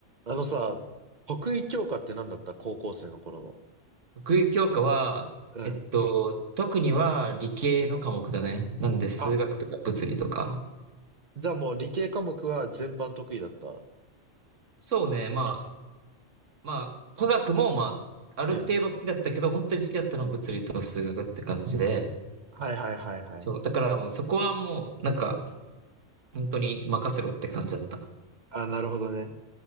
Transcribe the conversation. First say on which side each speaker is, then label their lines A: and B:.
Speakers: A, on the right; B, on the right.
A: あのさ、得意教科って何だった高校生の頃の。
B: 学位教科は、
A: うん。
B: えっと、特には理系の科目だね。なんで数学とか物理とか。
A: あ、じゃあもう理系科目は全般得意だった。
B: そうね、まあ、まあ、科学もまあ、ある程度好きだったけど、
A: うん。
B: 本当に好きだったのは物理と数学って感じで、
A: はいはいはいはい。
B: そう、だからもうそこはもう、なんか、本当に任せろって感じだった。
A: あ、なるほどね。